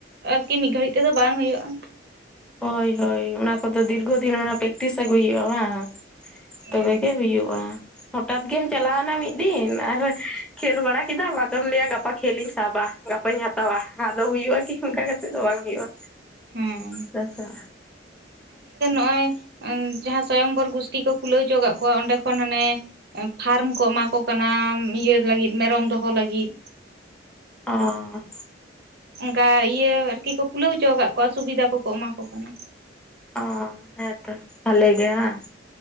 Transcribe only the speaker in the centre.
ᱦᱳᱭ ᱦᱳᱭ ᱚᱱᱟ ᱠᱚᱫᱚ ᱫᱤᱨᱜᱷᱚᱫᱤᱱ ᱚᱱᱟ ᱯᱮᱠᱴᱤᱥ ᱟᱹᱜᱩᱭ ᱦᱩᱭᱩᱜᱼᱟ ᱵᱟᱝ
ᱛᱚᱵᱮᱜ ᱜᱮ ᱦᱩᱭᱩᱜᱼᱟ᱾ ᱦᱚᱴᱟᱛ ᱜᱮᱢ ᱪᱟᱞᱟᱣᱮᱱᱟ ᱢᱤᱫ ᱫᱤᱱ ᱟᱨ ᱠᱷᱮᱞ ᱵᱟᱲᱟ ᱠᱮᱫᱟᱢ ᱟᱫᱚᱢ ᱞᱟᱹᱭᱟ ᱜᱟᱯᱟ ᱠᱷᱹᱮᱞ ᱤᱧ ᱥᱟᱵᱟ ᱜᱟᱯᱟᱧ ᱦᱟᱛᱟᱣᱟ ᱟᱫᱚ ᱦᱩᱭᱩᱜᱼᱟ ᱠᱤ? ᱚᱱᱠᱟ ᱠᱟᱛᱮᱜ ᱫᱚ ᱵᱟᱝ ᱦᱩᱭᱩᱜᱼᱟ᱾
ᱥᱟᱥᱟ
ᱚ
ᱚ ᱦᱮᱸᱛᱚ ᱵᱷᱟᱞᱤᱮ ᱜᱮ ᱵᱟᱝᱸ᱾